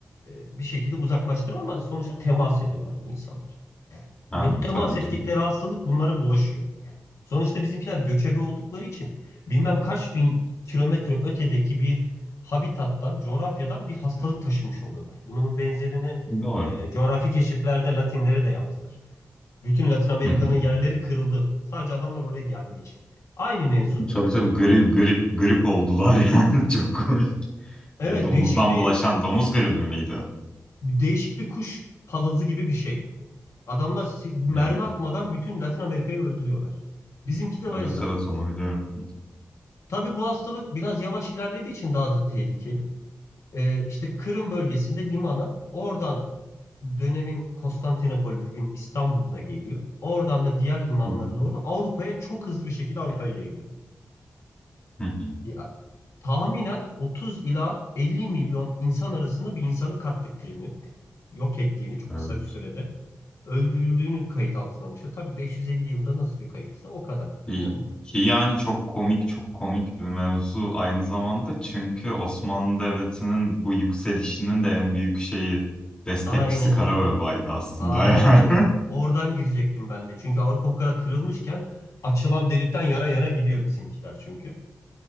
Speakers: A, on the left; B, on the left.
A: e, bir şekilde uzaklaştırıyorlar ama sonuçta temas ediyorlar bu insanlar.
B: Ha,
A: Ve bu temas
B: tabii
A: ettikleri
B: ki.
A: hastalık bunlara bulaşıyor. Sonuçta bizimkiler göçebe oldukları için bilmem kaç bin kilometre ötedeki bir habitattan, coğrafyadan bir hastalık taşımış oluyorlar. Bunun benzerini
B: Doğru.
A: e, coğrafi keşiflerde Latinlere de yaptılar. Bütün Latin Amerika'nın
B: Hı hı.
A: yerleri kırıldı. Sadece adamlar oraya geldiği için. Aynı mevzu.
B: Tabii tabii gri, grip grip oldular yani <laughs> çok komik.
A: Evet,
B: De domuzdan
A: değişik bir
B: bulaşan domuz gribi miydi?
A: değişik bir kuş palazı gibi bir şey. Adamlar si- mermi
B: Ya,
A: atmadan bütün Latin Amerika'yı öldürüyorlar. Bizimki de o
B: evet
A: hesap.
B: evet onu biliyorum.
A: Tabii bu hastalık biraz yavaş ilerlediği için daha da tehlikeli. Ee, işte Kırım bölgesinde limana oradan dönemin Konstantinopol bugün İstanbul'una geliyor. Oradan da diğer limanlara
B: Hı hı.
A: doğru Avrupa'ya çok hızlı bir şekilde Avrupa'ya yayılıyor.
B: Hı hı.
A: Ya, tahminen 30 ila 50 milyon insan arasında bir insanı katlettiğini, yok ettiğini çok
B: Evet.
A: kısa bir sürede öldürüldüğünü kayıt altına almış. Ya, tabii 550 yılda nasıl bir kayıtsa o kadar
B: Ki,
A: inanılır.
B: ki yani çok komik çok komik bir mevzu aynı zamanda çünkü Osmanlı Devleti'nin bu yükselişinin de en büyük şeyi destekçisi
A: Aynen
B: Karabebay'dı
A: öyle.
B: aslında
A: Aynen
B: yani.
A: öyle.
B: <laughs>
A: Oradan girecektim ben de. Çünkü Avrupa bu kadar kırılmışken açılan delikten yara yara gidiyor bizimkiler çünkü.